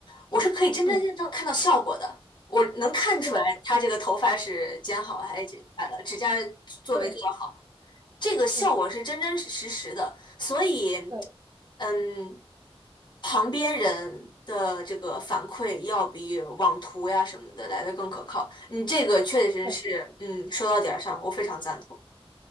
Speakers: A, on the left (about 45°); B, on the right (about 35°).
A: 我是可以真真正正看到效果的。
B: 嗯，
A: 我能看出来他这个头发是剪好了还是剪下来的，
B: 是的，
A: 指甲做没做好，
B: 对，
A: 这个效果是真真实实的。
B: 对，
A: 所以，
B: 对，
A: 嗯，旁边人的这个反馈要比网图呀什么的来的更可靠。嗯，这个确实是，
B: 对。
A: 嗯，说到点儿上，我非常赞同。